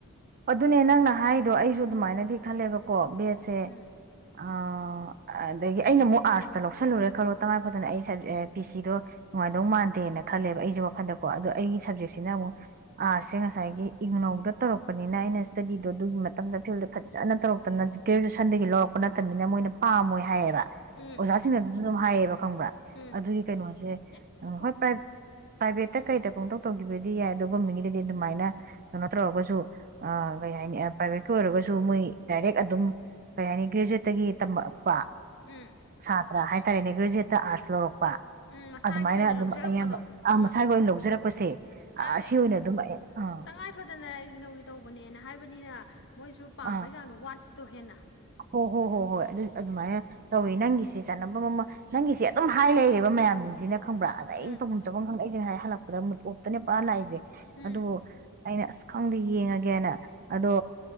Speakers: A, on the right; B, on the left.
A: ꯑꯗꯨꯅꯦ ꯅꯪꯅ ꯍꯥꯏꯗꯣ ꯑꯩꯁꯨ ꯑꯗꯨꯃꯥꯏꯅꯗꯤ ꯈꯜꯂꯦꯕ ꯀꯣ ꯕꯦꯠꯁꯦ
B: ꯎꯝ
A: ꯑ ꯑꯗꯒꯤ ꯑꯩꯅ ꯑꯃꯨꯛ ꯑꯥꫪꯁꯇ ꯂꯧꯁꯜꯂꯨꯔꯦ ꯈꯜꯂꯣ ꯇꯉꯥꯏꯐꯗꯅ ꯑꯩ ꯁꯕ ꯄꯤ ꯁꯤꯗꯣ ꯅꯨꯡꯉꯥꯏꯅꯗꯧ ꯃꯥꯟꯗꯦꯅ ꯈꯜꯂꯦꯕ ꯑꯩꯁꯦ ꯋꯥꯈꯟꯗ ꯀꯣ ꯑꯗꯣ ꯑꯩꯒꯤ ꯁꯕꯖꯦꯛꯁꯤꯅ ꯑꯃꯨꯛ ꯑꯥꫪꯁꯦ ꯉꯁꯥ ꯁꯥꯏꯒꯤ ꯏꯒꯅꯧꯗ ꯇꯧꯔꯛꯄꯅꯤꯅ ꯑꯩꯅ ꯏꯁ꯭ꯇꯗꯤꯗꯣ ꯑꯗꯨꯒꯤ ꯃꯇꯝꯗ ꯐꯤꯜꯗ ꯐꯖꯅ ꯇꯧꯔꯛꯇꯃꯤꯅ ꯒ꯭ꯔꯦꯖꯨꯌꯦꯁꯟꯗꯒꯤ ꯂꯧꯔꯛꯄ ꯅꯠꯇꯅꯤꯅ ꯃꯣꯏꯅ ꯄꯥꯝꯃꯣꯏ ꯍꯥꯏꯌꯦꯕ
B: ꯎꯝ
A: ꯑꯣꯖꯥꯁꯤꯡꯅ ꯑꯗꯨꯁꯨ ꯑꯗꯨꯝ ꯍꯥꯏꯌꯦ ꯈꯪꯕ꯭ꯔ
B: ꯎꯝ
A: ꯑꯗꯨꯒꯤ ꯀꯩꯅꯣꯁꯦ
B: ꯑꯦ ꯈꯣꯠꯀꯅꯨ
A: ꯍꯣꯏ ꯄ꯭ꯔꯥꯏꯚꯦꯠꯇ ꯀꯩꯗ ꯄꯪꯇꯧ ꯇꯧꯒꯤꯕꯩ ꯗꯤ ꯌꯥꯏ ꯑꯗꯨ ꯒꯣꯃꯦꯟꯒꯤꯗꯗꯤ ꯑꯗꯨꯃꯥꯏꯅ ꯀꯩꯅꯣ ꯇꯧꯔꯒꯁꯨ ꯑ ꯀꯩ ꯍꯥꯏꯅꯤ ꯄ꯭ꯔꯥꯏꯚꯦꯠꯀꯤ ꯑꯣꯏꯔꯒꯁꯨ ꯃꯣꯏ ꯗꯥꯏꯔꯦꯛ ꯑꯗꯨꯝ ꯀꯩ ꯍꯥꯏꯅꯤ ꯒ꯭ꯔꯦꯖꯨꯋꯦꯠꯇꯒꯤ ꯇꯝꯃꯛꯄ
B: ꯎꯝ
A: ꯁꯥꯇ꯭ꯔ ꯍꯥꯏꯇꯥꯔꯦꯅꯦ ꯒ꯭ꯔꯦꯖꯨꯑꯦꯠ ꯑꯥꯔꯠꯁ ꯂꯧ
B: ꯎꯝ ꯃꯁꯥꯒꯤ
A: ꯑꯗꯨꯃꯥꯏꯅ
B: ꯑꯣꯏꯅ
A: ꯑꯗꯨꯝ
B: ꯂꯧꯖꯔꯛꯄꯗꯣ
A: ꯑꯌꯥꯝꯕ
B: ꯎꯝ
A: ꯃꯁꯥꯒꯤ ꯑꯣꯏꯅ ꯂꯧꯖꯔꯛꯄꯁꯦ
B: ꯍꯥꯏꯕꯗꯤ
A: ꯑꯁꯤ ꯑꯣꯏꯅ ꯑꯗꯨꯝ ꯑꯥ
B: ꯇꯉꯥꯏ ꯐꯗꯅ ꯏꯛꯅꯧꯒꯤ ꯇꯧꯕꯅꯦꯅ ꯍꯥꯏꯕꯅꯤꯅ ꯃꯣꯏꯁꯨ ꯄꯥꯝꯕꯩ
A: ꯑꯥ
B: ꯆꯥꯡꯗꯣ ꯋꯥꯠ ꯗꯣ ꯍꯦꯟꯅ
A: ꯍꯣ ꯍꯣꯏ ꯍꯣ ꯍꯣꯏ ꯑꯗꯨ ꯑꯗꯨꯃꯥꯏꯅ ꯇꯧꯋꯤ ꯅꯪꯒꯤꯁꯦ ꯆ ꯅꯝꯕꯝ ꯑꯃ ꯅꯪꯒꯤꯁꯦ ꯑꯗꯨꯝ ꯍꯥꯏ ꯂꯩꯔꯦꯕ ꯃꯌꯥꯝꯁꯤꯡꯁꯤꯅ ꯈꯪꯕ꯭ꯔꯥ ꯑꯗ ꯑꯩꯁ
B: ꯎꯝ
A: ꯇꯧꯐꯝ ꯆꯐꯝ ꯈꯪꯗ ꯑꯩꯁꯦ ꯍꯥꯏ ꯍꯜꯂꯛꯄꯗ ꯃꯨꯠ ꯑꯣꯞꯇꯅꯦ ꯄꯨꯔꯥ ꯂꯥꯛꯏꯁꯦ
B: ꯎꯝ
A: ꯑꯗꯨꯕꯨ ꯑꯩꯅ ꯑꯁ ꯈꯪꯗꯦ ꯌꯦꯡꯉꯒꯦꯅ ꯑꯗꯣ